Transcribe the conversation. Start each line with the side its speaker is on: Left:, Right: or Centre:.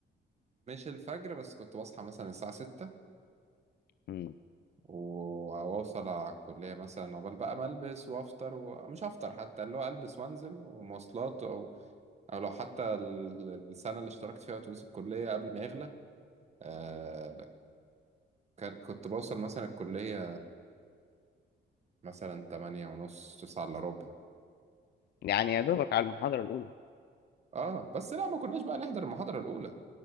Right: الفجر بس كنت بصحى مثلا الساعة ستة
Left: امم
Right: و- وأوصل على الكلية مثلا عقبال بقى ما ألبس وأفطر ومش هفطر حتى اللي هو ألبس وأنزل ومواصلات أو أو لو حتى ال- السنة اللي اشتركت فيها أتوبيس الكلية قبل ما يغلى آه كان- كنت بوصل مثلا الكلية مثلا تمانية ونص تسعة إلا ربع
Left: يعني يا دوبك على المحاضرة الأولى
Right: اه بس لا ما كناش بقى نحضر المحاضرة الأولى